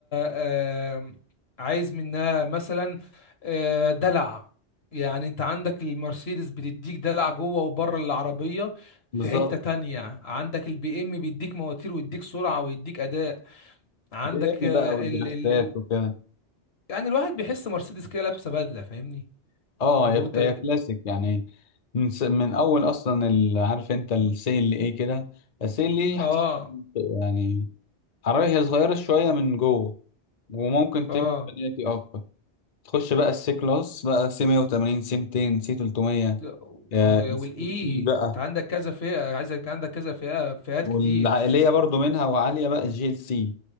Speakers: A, on the left (about 65°); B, on the left (about 45°).
A: آه، عايز منها مثلا آه، دلع يعني انت عندك المرسيدس بتديك دلع جوه وبره العربية
B: بالظبط
A: في حتة تانية عندك البي ام بيديك مواتير ويديك سرعة ويديك اداء عندك
B: بي ام
A: آه،
B: بقى والدريفتات
A: ال ال ال
B: وكده
A: يعني الواحد بيحس مرسيدس كده لابسة بدلة فاهمني
B: اه
A: تبقى
B: هي بت-
A: انت
B: هي كلاسيك يعني من س... من اول اصلا ال... عارف انت السيل اللي ايه كده السيل اللي إيه
A: اه
B: حاسس يعني عربية هي صغيرة شوية من جوه وممكن
A: اه
B: تمشي بناتي اكتر تخش بقى السي كلاس بقى سي 180 سي 200 سي 300
A: او
B: آه، السي
A: او الاي
B: اي بقى
A: انت عندك كذا فئه عايزك عندك كذا فئه فئات
B: والعائلية
A: كتير
B: برضو منها وعالية بقى الجي ال سي